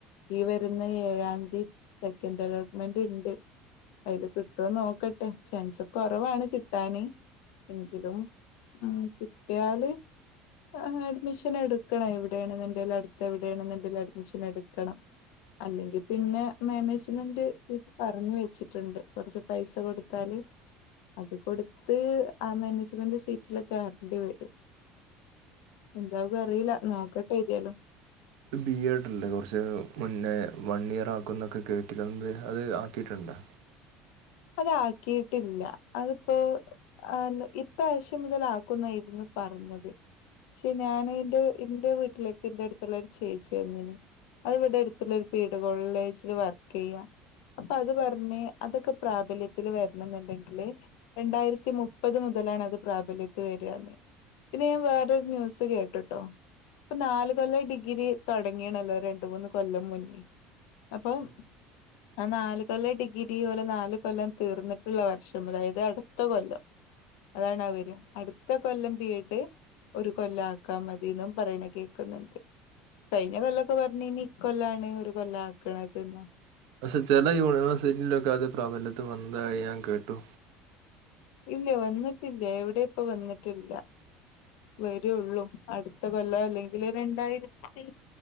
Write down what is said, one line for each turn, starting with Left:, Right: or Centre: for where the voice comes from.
Left: ഈ വരുന്ന ഏഴാംതി സെക്കൻ്റ് അലോട്ട്മെന്റ് ഉണ്ട് അതില് കിട്ട് കിട്ടോ നോക്കട്ടെ ചാൻസ് കുറവാണ് കിട്ടാന് എങ്കിലും ഉം കിട്ടിയാല് അ അഡ്മിഷൻ എടുക്കണം എവിടെയാണെങ്കിലും അടുത്ത് എവിടെയാണങ്കിലും അഡ്മിഷൻ എടുക്കണം അല്ലെങ്കി പിന്നെ മാനേജ്മെന്റ് സീറ്റ് പറഞ്ഞു വെച്ചിട്ടുണ്ട് കുറച്ച് പൈസ കൊടുത്താല് അത് കൊടു അത് ആഹ് മാനേജ്മെന്റ് സീറ്റിലെക്കെ ആക്കേണ്ടി വരും എന്താവു അറീലനോക്കട്ടെ ഏതെയാലും
Right: ബി എഡ് അല്ലേ കുറച്ച് മുന്നേ വൺ ഇയർ ആക്കുന്നൊക്കെ കേട്ടിരുന്നത് അത് ആക്കിട്ടുണ്ടോ
Left: അതാക്കിയിട്ടില്ല അതിപ്പോ.. ആന്ന് ഇപ്രാവശ്യം മുതല് ആക്കുന്നായിരുന്നു പറഞ്ഞത് പക്ഷെ ഞാന് ഇന്റെ ഇൻ്റെ വീട്ടിലേക്ക് ഇന്റെടുത്തുള്ളരു ചേച്ചി വന്നീന് അത് ഇവിടെ അടുത്തുള്ള ഒരു പീട കോളേളജ്ല് വർക്ക് ചെയ്യാ അപ്പ അത് പറഞ്ഞ് അതൊക് പ്രാബല്യത്തിൽ വരണന്നുണ്ടെങ്കില് ഹ് രണ്ടായിരത്തി മുപ്പത് മുതലാണ് അത് പ്രാബല്യത്തിൽ വരികാന്ന് പിന്നെ ഞാൻ വേറൊരു ന്യൂസ് കേട്ട്ട്ടോ ഇപ്പൊ നാല് കൊല്ലം ഡിഗ്രി തുടങ്ങിയണല്ലോ രണ്ട് മൂന്ന് കൊല്ലം മുന്നെ അപ്പം
Right: ഉം
Left: <unintelligible> ആ നാല് കൊല്ല ഡിഗി ഓലെ നാല് ഇകൊല്ലം തീർന്നിട്ടുള്ള വർഷം അതായത് അടുത്ത കൊല്ലം അതാണ് അവരും അടുത്ത കൊല്ലം ബി എഡ് ഒരു കൊല്ലാക്കാ മതിന്നും പറയണ കേക്കുന്നുണ്ട് കഴിഞ്ഞ കൊല്ലൊക്കെ പറഞ്ഞെനി ഇക്കൊല്ലാണ് ഒരു കൊല്ലാ ക്കണതന്ന്
Right: പക്ഷെ ചെല യൂണിവേഴ്സിറ്റിലൊക്കെ അത് പ്രബല്യത്തി വന്നതായി ഞാൻ കേട്ടു
Left: ഇല്ല വന്നിട്ടില്ല എവിടെ ഇപ്പ വന്നിട്ടില്ല വരുവള്ളൂ അടുത്ത കൊല്ലൊ അല്ലെങ്കി രണ്ടായിരത്തി